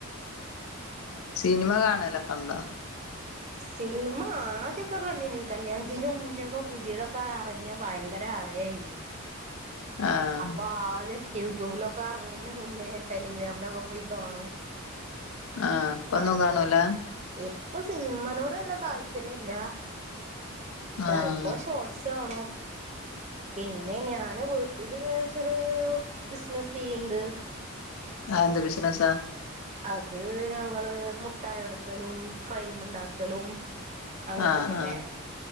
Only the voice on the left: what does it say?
സിനിമ കാണലൊക്കെ ണ്ടോ?
<inaudible> ആഹ്
ആഹ് ഇപ്പൊന്നും
കാണൂല
ആഹ്
ആ ന്ത് ബിസിനസ്സാ
ആഹ് ആഹ്